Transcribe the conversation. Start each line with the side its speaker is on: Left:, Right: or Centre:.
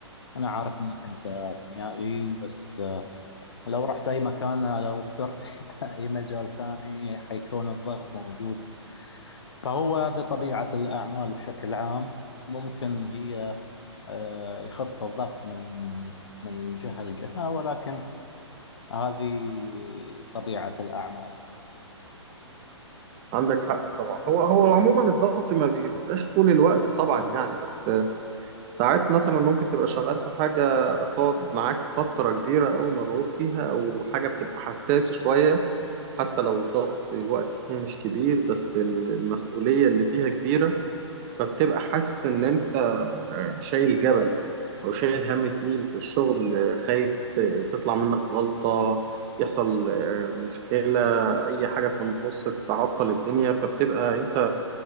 Left: أنا عارف أنك أنت كيميائي بس لو رحت أي مكان لو اخترت <laughs> أي مجال ثاني حيكون الضغط موجود فهو هذه طبيعة الأعمال بشكل عام ممكن هي آه، يخف الضغط من من جهة لجهة ولكن هذه طبيعة الأعمال
Right: عندك حق طبعا هو هو عموما الضغط ما بيبقاش طول الوقت طبعا يعني بس آه، ساعات مثلا ممكن تبقى شغال في حاجه تقعد معاك فتره كبيره قوي مضغوط فيها او حاجه بتبقى حساسه شويه حتى لو الضغط الوقت فيها مش كبير بس ال- المسؤولية اللي فيها كبيرة فبتبقى حاسس إن أنت شايل جبل أو شايل هم تقيل في الشغل خايف ت- تطلع منك غلطة يحصل آه، مشكلة أي حاجة في النص تعطل الدنيا فبتبقى أنت